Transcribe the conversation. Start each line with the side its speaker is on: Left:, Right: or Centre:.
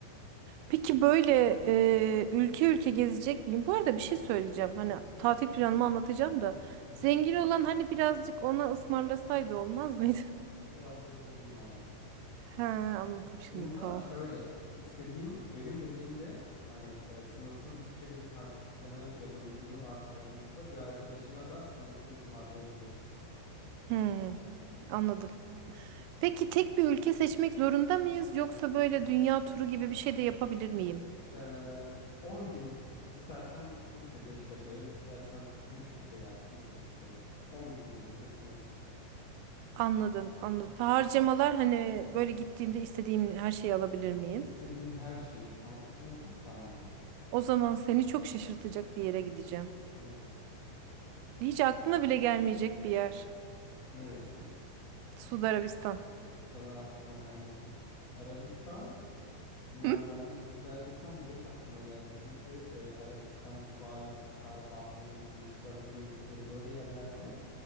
Right: Peki böyle e, ülke ülke gezecek miyim? Bu arada bir şey söyleyeceğim. Hani
Left: Hı hı,
Right: tatil planımı anlatacağım da.
Left: hı hı.
Right: Zengin olan hani birazcık ona ısmarlasaydı olmaz mıydı?
Left: Biraz da cimri maalesef.
Right: <laughs> He, anladım şimdi
Left: Bunda
Right: tamam.
Left: şöyle istediğin benim dediğimde hani e, sınırsız bütçeli bir tatil planı yapabildiğini varsaydığımızda bir arkadaşına da sınırsız ısmarlayabiliyorsun.
Right: Hı.
Left: Aha.
Right: Anladım. Peki tek bir ülke seçmek zorunda mıyız yoksa böyle dünya turu gibi bir şey de yapabilir miyim?
Left: Ee, 10 gün istersen 2 ülke beş beş ayır, istersen 3 ülke yap üç üç dört 10 gün boyunca sınırsız.
Right: Anladım, anladım. Harcamalar hani böyle gittiğimde istediğim her şeyi alabilir miyim?
Left: İstediğin her şeyi tam sonsuz paran var.
Right: O zaman seni çok şaşırtacak bir yere gideceğim.
Left: Nereye?
Right: Hiç aklına bile gelmeyecek bir yer.
Left: Neresi?
Right: Suudi Arabistan.
Left: O kadar aklıma gelmedi ki. Arabistan ya
Right: Hı?
Left: ben Suudi Arabistan direkt aklıma geldi. Çünkü e, Arabistan, Dubai, Katar, Bahreyn, Birleşik Arap Emirlikleri böyle yerlerde